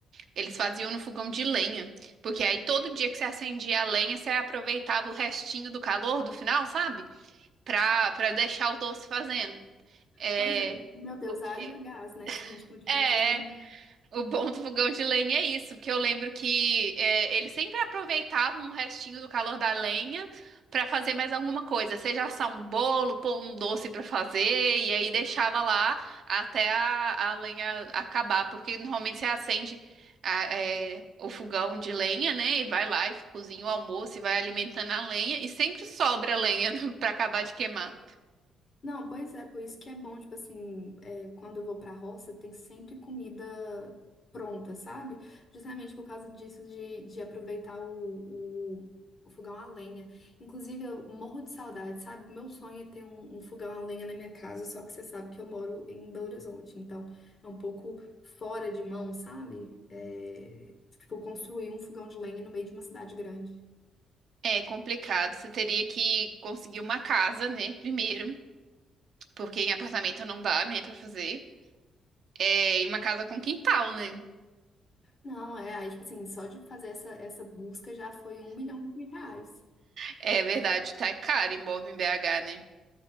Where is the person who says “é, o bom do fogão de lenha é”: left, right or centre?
Right